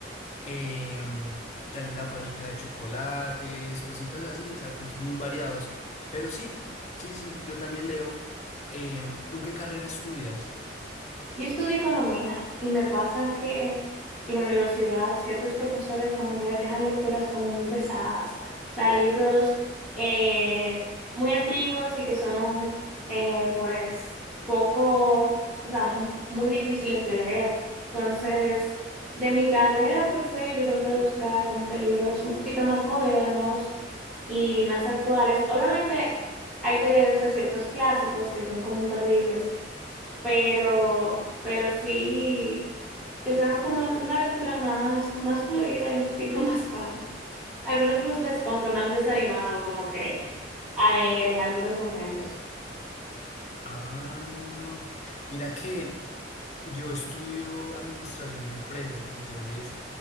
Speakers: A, on the left; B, in the centre.
A: em, Dalí la fábrica de chocolates, cositas así, o sea, cuentos muy variados. Pero sí, sí, sí, yo también leo. Em, ¿tú qué carrera estudias?
B: Yo estudié economía y me pasa que en la universidad ciertos profesores como que dejan lecturas como muy pesadas, o sea, libros eh, muy antiguos y que son eh, pues poco, o sea, mu- muy difíciles de leer. Entonces, de mi carrera por se, yo trato de buscar como que libros un poquito más modernos y más actuales. Obviamente hay que leerse ciertos clásicos que son como imperdibles pero, pero sí, que sean como una lectura más, más fluida y un poquito <laughs> más fácil. Algunos ilustres como que me han desanimado, como que a leer en algunos momentos.
A: Ah, mira que yo estudio administración de empresas, entonces